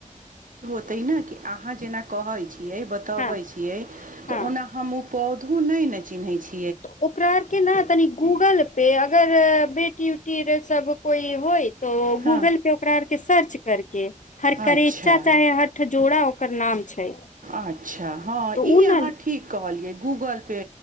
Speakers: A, on the right; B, on the left.
A: तऽहि नहि कि अहाँ जेना कहै छियै बतबै
B: हँ
A: छियै
B: हँ
A: तऽ ओना हम उ पौधो नहि ने चिन्हैैत छी
B: तऽ ओकरा आर के न तनीक गूगल पे अगर बेटी उटी सब कोइ होय तो
A: हँ
B: गूगल पे ओकरा आर के सर्च करके हर
A: अच्छा
B: करेचा चाहे हठ जोड़ा ओकर नाम छै
A: अच्छा हँ
B: तऽ
A: ई
B: ओ
A: अहाँ
B: ने
A: ठीक कहलियै गूगल पे